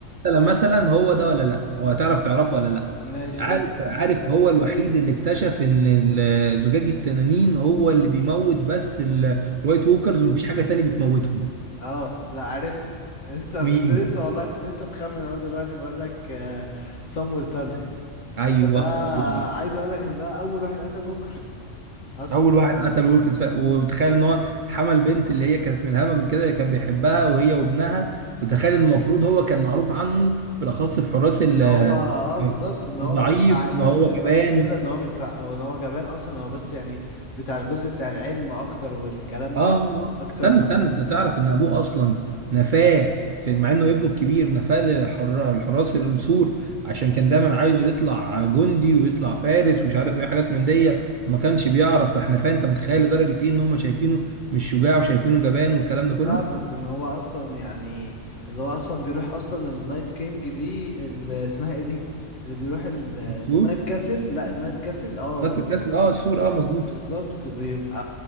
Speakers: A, on the right; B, on the left.
A: مثلا مثلا هو ده ولا لا هو هتعرف تعرفه ولا لا
B: ماشي
A: عارف
B: قول لي.
A: عارف هو الوحيد اللي اكتشف ان ال- زجاج التنانين هو اللي بيموت بس ال- الوايت ووكرز ومفيش حاجه تاني بتموتهم
B: اه لا عرفته لسه
A: مين
B: كنت لسه والله كنت لسه مخمن اهو دلوقتي بقول لك آه سام تارلي
A: ايوه
B: ده
A: هو ده.
B: عايز اقول لك ان ده اول واحد قتل ووكرز اصلا
A: اول واحد قتل ويلكس ف- وتخيل ان هو حمل بنت اللي هي كانت من الهمج وكده اللي كان بيحبها وهي وابنها وتخيل ان المفروض هو كان معروف عنه بالاخص في حراس ال-
B: ان هو اه بالظبط ان هو
A: ضعيف
B: مش بتاع الفايتات
A: ان هو جبان
B: وكده ان هو مش بتاع او ان هو جبان اصلا هو بس يعني بتاع الجزء بتاع العلم اكتر والكلام ده
A: اه اه
B: اكتر
A: استنى
B: من
A: استنى انت تعرف ان ابوه اصلا نفاه في مع انه ابنه الكبير نفاه للحر- الحراس السور عشان كان دايما عايزه يطلع جندي ويطلع فارس ومش عارف ايه حاجات من دي ما كانش بيعرف راح نفاه انت متخيل لدرجه ايه ان هم شايفينه مش شجاع وشايفينه جبان والكلام ده كله
B: فاهمك ان هو اصلا يعني اللي هو اصلا بيروح اصلا النايت كينج دي اللي اسمها ايه دي اللي بيروح ال-
A: السور
B: النايت كاسل لا النايت كاسل اه وال-
A: نفس الكاس اه السور اه مظبوط
B: بالظبط بيبقى